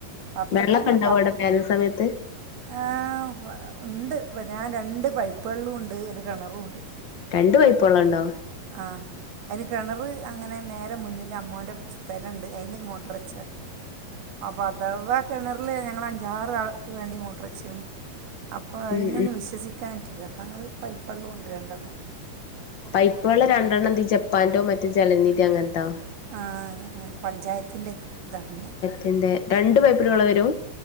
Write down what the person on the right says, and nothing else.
വത്തക്കമ്മ
വത്ത്
ആഹ് ഇണ്ട് ന്നെ ആഹ് രണ്ട് പൈപ്പള്ളും ണ്ട് ഒരു കെണറുണ്ട്.
ആഹ് അയിന് കെണറ് അങ്ങനെ നേരെ മുന്നില് അമ്മോന്റെ സ്ഥലണ്ട് അയിന്ന് മോട്ടറച്ചാ അപ്പൊ അ ദവ കെണർലേ ഞങ്ങൾ അഞ്ചാറ് ആൾക്ക് വേണ്ടി മോട്ടർ വെച്ചിണ്. അപ്പോൾ അയിനൊന്ന്
വിശ്വസിക്കാൻ പറ്റൂല അപ്പ ഞങ്ങള് പെപ്പള്ളും ണ്ട് രണ്ടെണ്ണം.
ആഹ് ത് പഞ്ചായത്തിന്റെ ത മ്